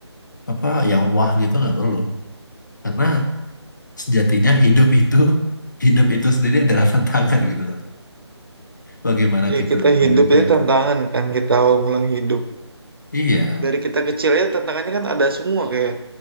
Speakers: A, on the left (about 40°); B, on the right (about 55°).
A: apa yang wah gitu nggak perlu karena sejatinya hidup itu hidup itu sendiri adalah <laughs> tantangan gitu loh bagaimana
B: Ya
A: kita
B: kita
A: menyelesaikan
B: hidup itu tantangan kan kita awal mula hidup.
A: iya
B: Dari kita kecil ya tantangannya kan ada semua kayak